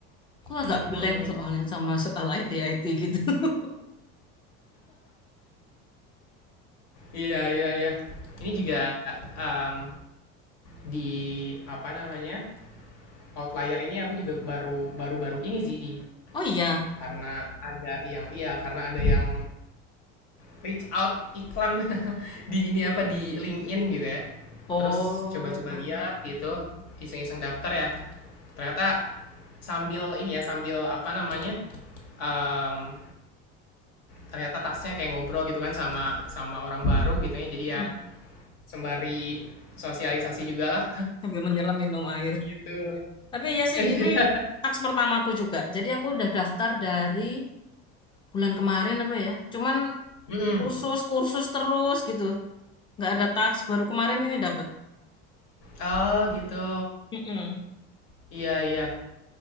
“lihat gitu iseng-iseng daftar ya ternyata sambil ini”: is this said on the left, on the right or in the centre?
Left